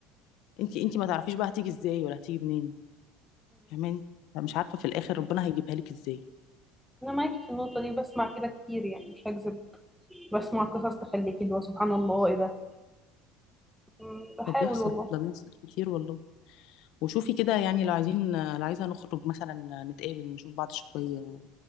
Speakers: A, on the left; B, in the centre.
A: انت انت ما تعرفيش بقى هتيجي ازاي ولا هتيجي منين فاهماني فمش عارفه في الاخر ربنا هيجيبها لك ازاي
B: انا معاكي في النقطه دي وبسمع كده كتير يعني مش هكذب بسمع قصص تخليكي اللي هو سبحان الله ايه ده مم، بحاول
A: ده بيحصل
B: والله
A: ده بيحصل كتير والله وشوفي كده يعني لو عايزين لو عايزه نخرج مثلا نتقابل نشوف بعض شويه